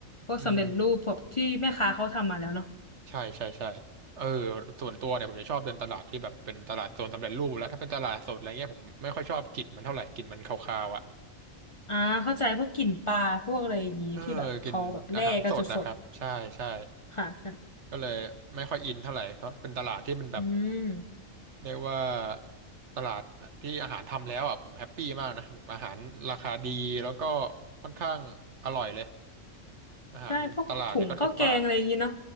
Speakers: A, on the left (about 30°); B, on the right (about 60°).
A: พวกสำเร็จรูปพวกที่แม่ค้าเขาทำมาแล้วเนาะ
B: อืม ใช่ใช่ใช่เออส่วนตัวเนี่ยผมจะชอบเดินตลาดที่แบบเป็นตลาดโซนสำเร็จรูปแล้วถ้าเป็นตลาดสดอะไรเงี้ยผมไม่ค่อยชอบกลิ่นมันเท่าไหร่กลิ่นมันคาวๆอ่ะ
A: อ่าเข้าใจพวกกลิ่นปลาพวกอะไรอย่างงี้ที่แบบเขาแบบแล่กันสด
B: เออกินอาหารสดนะครับใช่ใช่
A: ๆค่ะใช่
B: ก็เลยไม่ค่อยอินเท่าไหร่เพราะเป็นตลาดที่มันแบบ
A: อืม
B: เรียกว่าตลาดที่อาหารทำแล้วอ่ะผมแฮปปี้มากนะแบบอาหารราคาดีแล้วก็ค่อนข้างอร่อยเลยอาหารตลาดเนี่ยก็ถูกปาก
A: ใช่พวกถุงข้าวแกงอะไรอย่างงี้เนาะ